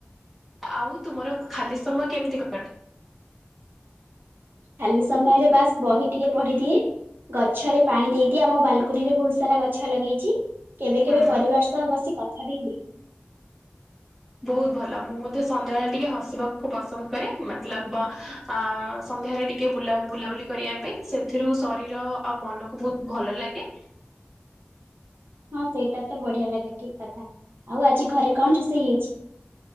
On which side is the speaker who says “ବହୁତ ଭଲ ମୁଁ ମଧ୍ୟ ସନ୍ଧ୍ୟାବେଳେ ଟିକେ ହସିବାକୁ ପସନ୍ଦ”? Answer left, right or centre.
Centre